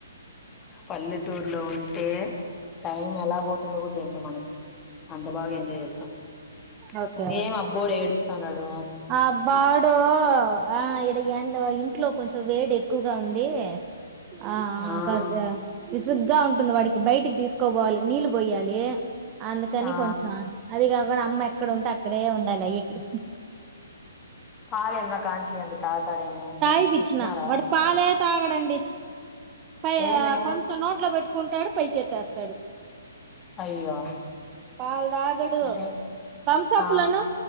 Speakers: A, on the left (about 20°); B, on the right (about 25°).
A: పల్లెటూరు లో ఉంటే టైం ఎలా పోతుందో కూడా తెంది మనకి అంత బాగా ఎంజాయ్ చేస్తాము
B: ఓకే
A: అబ్బోడు ఏడు అనాడు
B: ఆ బాడో ఆ ఇడ ఎడ్ ఇంట్లో కొంచెం వేడే ఎక్కువగా ఉంది ఆ
A: ఆ
B: కాస విసుగ్గా ఉంటుంది వాడికి బయటికి తీసుకోపోవాలి నీళ్ళు పోయ్యాలి అందుకని
A: ఆ
B: కొంచెం అది కాకుండా అమ్మ ఎక్కడ ఉంటే అ ఇక్కడే ఉండాలి అయ్యకి
A: పాలు ఎంద కాంచియండి తాగుతాడేమో
B: తాగి పిచ్చిన
A: ఇచ్చినారా
B: వాడు పాలే తాగడండి పై
A: ఏమి
B: కొంచెం నోట్ లో పెట్టు కుంటాడు పైకెత్స్తాడు
A: అయ్యో
B: పాల్ తాగడు
A: అదే
B: థమ్స అప్లను
A: ఆ